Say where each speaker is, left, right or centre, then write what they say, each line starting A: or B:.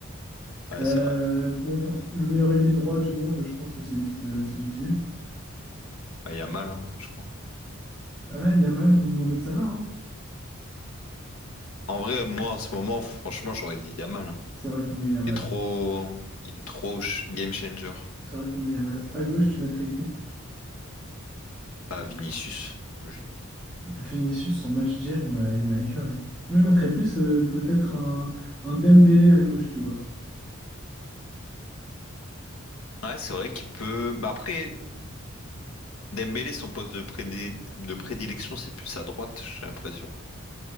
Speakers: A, on the left; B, in the centre.
A: Ouais,
B: Euh,
A: c'est vrai.
B: bon, pour le meilleur ailier droit du monde, je pense que c'est vite, euh, c'est vite vu.
A: Bah, Yamal, hein, je crois.
B: Ah, Yamal ou Mohamed Salah. hein.
A: En vrai, moi, en ce moment, franchement, j'aurais dit Yamal. hein.
B: C'est vrai qu'on met Yamal.
A: Il est trop, il est trop ch- game changer.
B: C'est vrai qu'on met Yamal. À gauche, tu mettrais qui?
A: Pas Vinicius, logique.
B: Vinicius, son match d'hier, il m'a, il m'a écœuré. Moi, je mettrais plus euh, peut-être un, un Dembélé à gauche, tu vois.
A: Ouais, c'est vrai qu'il peut. Mais après, Dembélé, son poste de prédé- de prédilection, c'est plus à droite, j'ai l'impression.